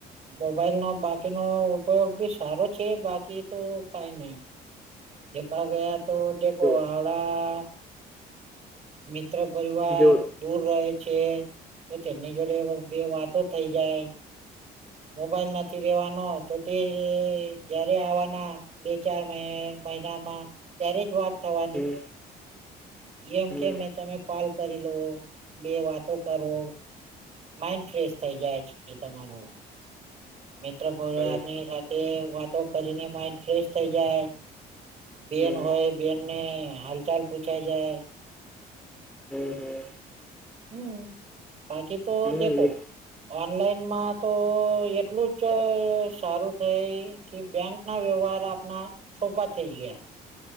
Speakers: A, on the right; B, in the centre.
A: મોબાઈલ નો બાકીનો ઉપયોગ બી સારો છે બાકી તો કઈ નહી દેખા ગયા તો જે કોઈ
B: જો
A: હાવડા મિત્ર પરિવાર
B: જો
A: દૂર રહે છે તો તેની જોડે બે વાતો થઈ જાય મોબાઈલ નથી રેવાનો તો તે જયારે આવવાના બે ચાર મહિનામાં ત્યારે જ વાત થવાની
B: હમ
A: એમ
B: હમ
A: કે મેં તમે કોલ કરી લો બે વાતો કરો માઇન્ડ ફ્રેશ થઈ જાય છે તમારો.
B: <inaudible>
A: મિત્ર પરિવારની
B: હવે
A: સાથે વાતો કરીને માઇન્ડ ફ્રેશ થઈ જાય. બેન
B: હમ
A: હોય બેનને હાલચાલ પૂછાય જાય.
B: હમ હ.
A: હમ, બાકી તો
B: હમ
A: દેખો ઓનલાઈન માં તો એટલું જ સારું થાય. કે બેંકના વ્યવહાર આપણા સોપા થઇ ગયા.